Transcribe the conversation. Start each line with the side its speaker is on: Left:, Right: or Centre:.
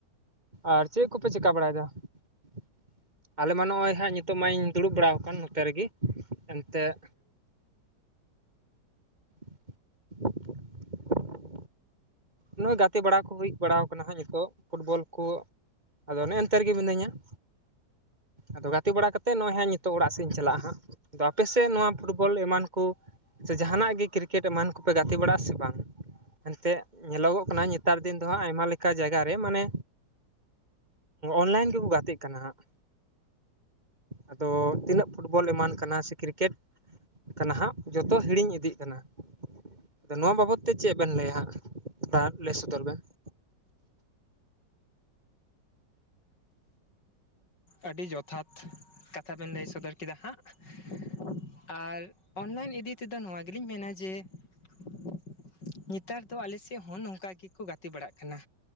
Right: ᱟᱨ ᱪᱮᱫ ᱠᱚᱯᱮ ᱪᱤᱠᱟᱹ ᱵᱟᱲᱟᱭᱮᱫᱟ <inaudible> ᱟᱞᱮ ᱢᱟ ᱱᱚᱜ-ᱚᱭ ᱦᱟᱸᱜ ᱱᱤᱛ ᱱᱤᱛᱚᱜ ᱢᱟᱧ ᱫᱩᱲᱩᱵ ᱵᱟᱲᱟ ᱟᱠᱟᱱ ᱱᱚᱛᱮ ᱨᱮᱜᱮ ᱾
Left: ᱱᱚᱜᱼᱚᱭ
Right: ᱮᱱᱛᱮᱫ <inaudible> ᱱᱚᱜ-ᱚᱭ ᱜᱟᱛᱮ ᱵᱟᱲᱟ ᱠᱚ ᱦᱩᱭ ᱵᱟᱲᱟ ᱠᱟᱱᱟ ᱦᱟᱸᱜ, ᱱᱤᱛᱚᱜ ᱯᱷᱩᱴᱵᱚᱞ ᱠᱚ ᱟᱫᱚ ᱚᱱᱮ ᱮᱱᱛᱮ ᱨᱮᱜᱮ ᱢᱤᱱᱟᱹᱧᱟ ᱾ ᱟᱫᱚ ᱜᱟᱛᱮ ᱵᱟᱲᱟ ᱠᱟᱛᱮᱫ ᱱᱚᱜ-ᱚᱭ ᱦᱟᱸᱜ ᱱᱤᱛᱚᱜ ᱚᱲᱟᱜ ᱥᱮ ᱤᱧ ᱪᱟᱞᱟᱜ-ᱟ ᱦᱟᱸᱜ ᱾ ᱟᱫᱚ ᱟᱯᱮ ᱥᱮᱫ ᱱᱚᱣᱟ ᱯᱷᱩᱴᱵᱚᱞ ᱮᱢᱟᱱ ᱠᱚ <unintelligible> ᱡᱟᱦᱟᱱᱟᱜ ᱜᱮ ᱠᱨᱤᱠᱮᱴ ᱮᱢᱟᱱ ᱠᱚᱯᱮ ᱜᱟᱛᱮ ᱵᱟᱲᱟᱜ-ᱟ ᱥᱮ ᱵᱟᱝ?
Left: ᱮᱱᱛᱮᱫ
Right: ᱮᱱᱛᱮᱜ ᱧᱮᱞᱚᱜᱚᱜ ᱠᱟᱱᱟ ᱱᱮᱛᱟᱨ ᱫᱤᱱ ᱫᱚ ᱦᱟᱸᱜ ᱟᱭᱢᱟ ᱞᱮᱠᱟ ᱡᱟᱭᱜᱟ ᱨᱮ ᱢᱟᱱᱮ ᱚᱱᱞᱟᱭᱤᱱ ᱜᱮᱠᱚ ᱜᱟᱛᱮᱜ ᱠᱟᱱᱟ ᱦᱟᱸᱜ ᱾ ᱟᱫᱚ ᱛᱤᱱᱟᱹᱜ ᱯᱷᱩᱴᱵᱚᱞ ᱮᱢᱟᱱ ᱠᱟᱱᱟ ᱥᱮ ᱠᱨᱤᱠᱮᱴ ᱠᱟᱱᱟ ᱦᱟᱸᱜ ᱡᱚᱛᱚ ᱦᱤᱲᱤᱧ ᱤᱫᱤᱜ ᱠᱟᱱᱟ ᱾ <inaudible> ᱟᱫᱚ ᱱᱚᱣᱟ ᱵᱟᱵᱚᱫ ᱛᱮ ᱪᱮᱫ ᱵᱮᱱ ᱞᱟᱹᱭᱟ ᱦᱟᱸᱜ? ᱚᱱᱟ ᱦᱟᱸᱜ ᱞᱟᱹᱭ ᱥᱚᱫᱚᱨ ᱵᱮᱱ ᱾ <inaudible>
Left: ᱟᱹᱰᱤ ᱡᱚᱛᱷᱟᱛ ᱠᱟᱛᱷᱟ ᱵᱮᱱ ᱞᱟᱹᱭ ᱥᱚᱫᱚᱨ ᱠᱮᱫᱟ ᱦᱟᱸᱜ ᱾ ᱟᱨ ᱚᱱᱞᱟᱭᱤᱱ ᱤᱫᱤ ᱛᱮᱫᱚ ᱱᱚᱣᱟ ᱜᱮᱞᱤᱧ ᱢᱮᱱᱟ ᱡᱮ <inaudible> ᱱᱮᱛᱟᱨ ᱫᱚ ᱟᱞᱮ ᱥᱮᱫ ᱦᱚᱸ ᱱᱚᱝᱠᱟ ᱜᱮᱠᱚ ᱜᱟᱛᱮ ᱵᱟᱲᱟᱜ ᱠᱟᱱᱟ